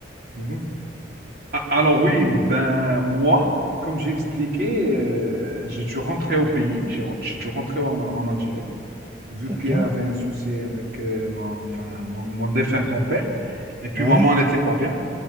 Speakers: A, on the right (about 55°); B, on the right (about 30°).
A: Mhm. A- Alors oui, ben moi, comme j'ai expliqué, euh, j'ai dû rentrer au pays, j'ai re- j'ai dû rentrer en, en Algérie, vu
B: c'est
A: qu'il
B: bien.
A: y avait un souci avec euh, mon, enfin, mon, mon défunt grand-père. Et puis
B: Ouais.
A: maman n'était pas bien.